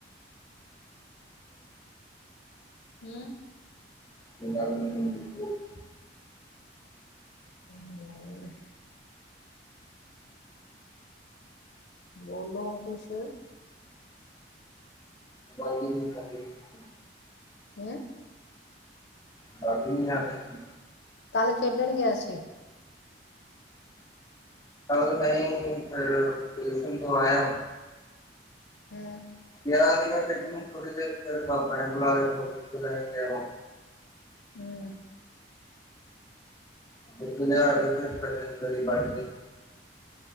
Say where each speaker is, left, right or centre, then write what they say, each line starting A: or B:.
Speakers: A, on the left (about 70°); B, on the left (about 20°).
A: ਹੂੰ।
B: <unintelligible>
A: <unintelligible> ਬੋਲੋ, ਹੁਣ ਕੁਸ਼?
B: <unintelligible>
A: ਹੂੰ।
B: ਟਰਾਲੀ ਨਹੀਂ ਆਵੇਗੀ।
A: ਕੱਲ੍ਹ ਖੇਡਣ ਗਿਆ ਸੀ।
B: ਅ ਨਹੀਂ ਫਿਰ ਟਿਉਸ਼ਨ ਤੋਂ ਆਇਆ।
A: ਹੂੰ।
B: <unintelligible> ਥੋੜੀ ਦੇਰ ਫਿਰ ਪਾਪਾ ਨੇ ਬੁਲਾ ਲਿਆ ਫਿਰ <unintelligible> ਉਹ।
A: ਹੂੰ।
B: <unintelligible>